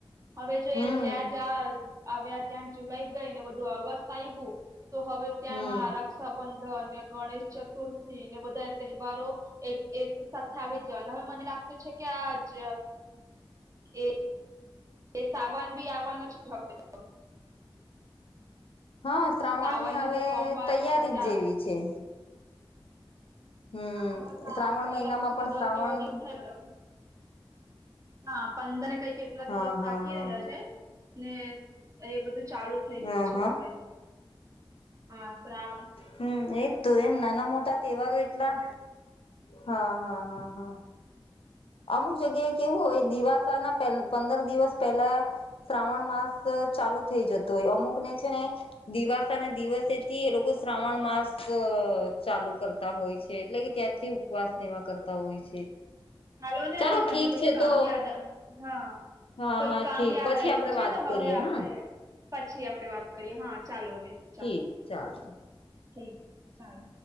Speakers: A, on the right; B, on the left.
A: હવે જો
B: હમ
A: એ જ્યાં જ્યાં આવ્યા જ્યાં જુલાઈ ગઈ ને બધું ઓગસ્ટત આવ્યું તો હવે ત્યાંમાં
B: હમ
A: રક્ષા બંધન અને ગણેશ ચતુર્થી ને બધા તહેવારો એક એક સાથે આવી જન હવે મને લાગતું છે કે આ જ એ એ સાવન બી આવનું શ હવે તો
B: હા શ્રાવણ
A: સાવનના
B: ની હવે
A: જે સોમવાર
B: તૈયારી
A: આપણા
B: જ જેવી છે. હમ
A: હા બસ આ
B: શ્રાવણ
A: મને
B: મહિનામાં
A: લાગતું છે કે સુધી
B: પણ
A: દસ
B: શ્રાવણ
A: એવા દિવસ થાય. હા પઅંદને કઈ કે કેટલા દિવસ
B: હા હા
A: બાકી
B: હા
A: રહ્યા છે ને એ બધું ચાલુ થઈ
B: હા
A: ગયું છે
B: હા
A: હવે. હા શ્રાવ
B: હમ એજ તું એમ નાના મોટા તહેવારો એટલા હા હા હા હા
A: હમ
B: અમુક જગ્યાએ કેવું હોય દિવાસા ના પંદર દિવસ પહેલા શ્રાવણ માસ ચાલુ થઈ જતો હોય અમુક ને છે ને દિવાસા ના દિવસેથી એ લોકો શ્રાવણ માસ ચાલુ કર તા હોય છે એટલે કે ત્યાંથી ઉપવાસનેવા કરતા હોય છે
A: હાલો ને
B: ચાલો
A: હવે મને
B: ઠીક
A: કોઈ
B: છે
A: કામ
B: તો
A: યાદ આ હા
B: હા
A: કોઈ
B: હા
A: કામ
B: ઠીક
A: યાદ
B: પછી
A: આયવું
B: આપડે
A: છે
B: વાત
A: તો હવે
B: કરીએ
A: આપડે
B: હા
A: પછી આપડે વાત કરીએ હા ચાલો બે ચાલો
B: ઠીક ચાલો
A: <inaudible>